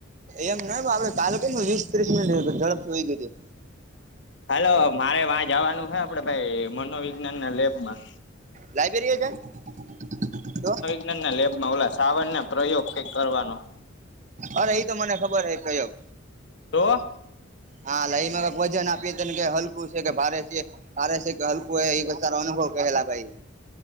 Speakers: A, on the right; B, on the left.
A: એમ નહ આપે તાલુકે વીસ ત્રીસ મિનિટ ઝડપથી હોય ગઈ હતી.
B: હાલ મારે વાં જવાનું છે આપડે ભાઈ મનોવિજ્ઞાન ના લેબમાં.
A: લાઈબ્રેરીએ જાયીએ, તો
B: ના ના લેબમાં ઓલા સાવર ના પ્રયોગ કઈક કરવાનો.
A: અરે ઈ તો મને ખબર હે પ્રયોગ.
B: તો.
A: હા લઈમાં ક વજન આપીએ ત ને કે હલકું છે કે ભારે છે ભારે છે કે હલકું એ ઈ તારો અનુભવ કહેલા ભાઈ